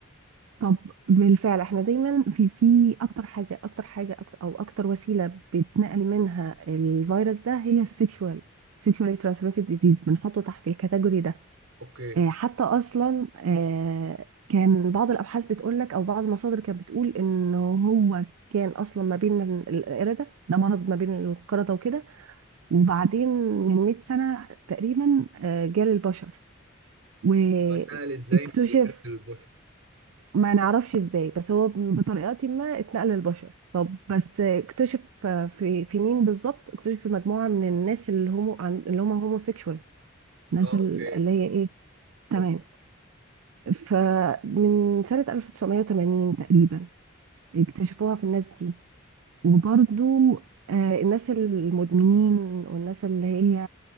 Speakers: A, on the right; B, on the right.
A: طب بالفعل احنا دايما في في اكتر حاجة اكتر حاجة أكتر او اكتر وسيلة بيتنقل منها الفيروس ده هي السيكشوال سيكشوالي ترانسميتد ديزيز بنحطه تحت الكاتيجوري ده
B: اوكي
A: آه، حتى اصلا آه، كان بعض الابحاث بتقول لك او بعض المصادر كانت بتقول ان هو كان اصلا ما بين ال- القرده ده مرض ما بين القرده وكده وبعدين من 100 سنه تقريبا آه، جال البشر واكتشف
B: وحال ازاي من القرد للبشر
A: ما نعرفش ازاي بس هو بطريقه ما اتنقل للبشر طب بس اكتشف في في مين بالظبط اكتشف في مجموعه من الناس اللي هم اللي هم هوموسيكشوال الناس
B: اه
A: اللي
B: اوكي
A: هي ايه تمام
B: اوكي
A: فمن سنة 1980 تقريبا اكتشفوها في الناس دي وبرضو آه، الناس المدمنين والناس اللي هي